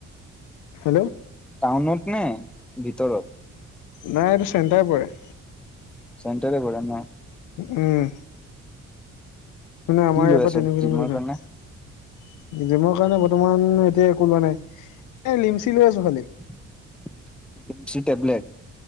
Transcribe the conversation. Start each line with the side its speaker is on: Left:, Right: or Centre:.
Left: হেল্ল'।
Centre: টাউনত নে ভিতৰত।
Left: নাই এইটো চেন্তাই পৰে।
Centre: চেণ্টৰে পৰে ন।
Left: উম মানে আমাৰ
Centre: কি
Left: ইয়াৰ
Centre: লৈ আছ
Left: পৰা তিনি কিলোমিটাৰ।
Centre: জিমৰ কাৰণে
Left: জিমৰ কাৰণে বৰ্তমান এতিয়া একো লোৱা নাই এ লিমচি লৈ আছো খালি।
Centre: <inaudible> Limcee tablet